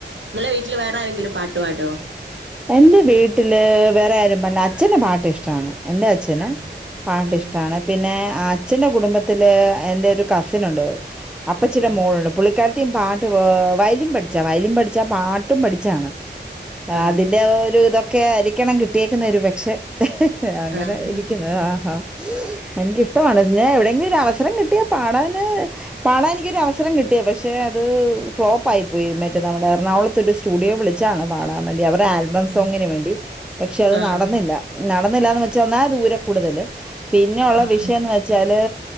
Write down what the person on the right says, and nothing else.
ഇങ്ങളെ വീട്ടില് വേറെ ആരെങ്കിലും പാട്ട് പാടുവോ
ആഹ്
ആഹ്
ആഹ്
ആഹ്
ആഹ്
ആഹ്
ആഹ്
ആഹ്